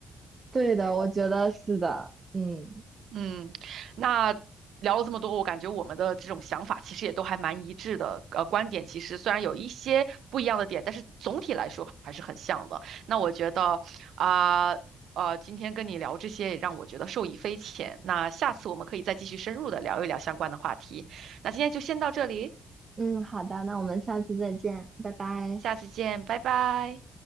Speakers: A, on the right; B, on the right.
A: 对的，我觉得是的。嗯
B: 嗯，那聊了这么多，我感觉我们的这种想法其实也都还蛮一致的。呃，观点其实虽然有一些不一样的点，但是总体来说还是很像的。那我觉得啊，呃，今天跟你聊这些也让我觉得受益匪浅。那下次我们可以再继续深入的聊一聊相关的话题。那今天就先到这里，
A: 嗯，好的，那我们下次再见，拜拜。
B: 下次见，拜拜。